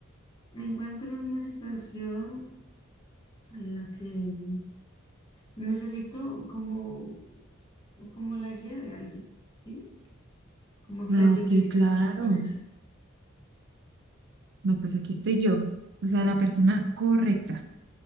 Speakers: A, on the left (about 25°); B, on the right (about 60°).
A: me encuentro en una situación en la que mm, necesito como, como la guía de alguien, ¿sí? Como que
B: Ah,
A: alguien
B: ok,
A: me diga
B: claro.
A: qué le parece.
B: No, pues aquí estoy yo. O sea, la persona correcta.